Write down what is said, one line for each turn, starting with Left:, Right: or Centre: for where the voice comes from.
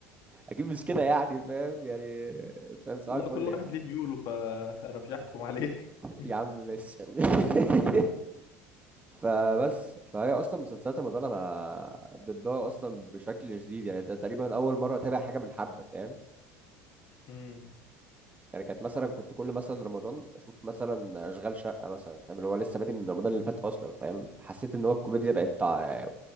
Right: اكيد مش كده يعني فاهم يعني
Left: <laughs>
Right: فاهم صباح
Left: والله
Right: الفل
Left: كل
Right: يعني
Left: واحد ليه ميوله فانا مش هحكم عليه <laughs>
Right: يا عم ماشي يلا. <laughs> فبس فهي اصلا مسلسلات رمضان انا ضدها اصلا بشكل شديد يعني ده تقريبا اول مره اتابع حاجه من حبه فاهم
Left: امم
Right: يعني كانت مثلا كنت كل مثلا رمضان اشوف مثلا اشغال شقه مثلا فاهم اللي هو لسه بادئ من رمضان اللي فات اصلا فاهم حسيت ان هو الكوميديا بقت تع-